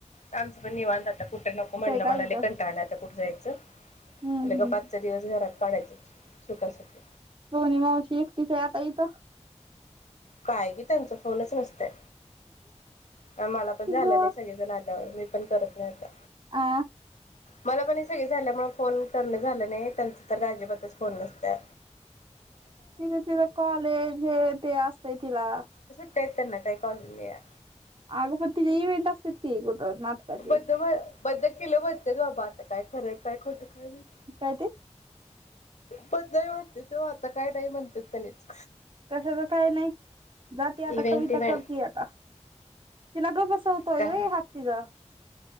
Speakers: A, on the left; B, on the right.
A: आमचं पण निवांत आता कुठं नको म्हणलं
B: काय
A: मला
B: इथं
A: लई कंटाळ आलाय आता कुठं जायचं?
B: हम्म
A: लगा
B: हम्म
A: पाच दिवस घरात काढायचंच सुखा सुख
B: मोहनी मावशी एकटीच आहे आता इथं.
A: काय की त्यांचं फोनंच नसतंय. आम्हाला पण
B: तिला
A: झालं नाय सगळेजण आल्यावर मी पण करत नाही आता
B: आ
A: मला पण हे सगळे झाल्यामुळे फोन करणं झालं नाही त्यांच तर आजिबातच फोन नसत्या
B: तिथ तिथ कॉलेज हे ते अस ये तिर्रा
A: ते त्यांना काय कॉल मिया
B: अगं पण तिचे इव्हेंट असतात की कुठं नाटकाचे
A: बंद बंद केलं म्हणत्यात बाबा त काय खरं काय खोटं काय माहित
B: काय ते
A: पण नही म्हणते तो आता काय नाही म्हणतात त्यालेच
B: कशाच काय नाही जाते आता
A: इव्हेंट
B: कविता
A: इव्हेंट
B: करतीय आता तिला गब बस चवतोय
A: काय
B: वे हात तिचा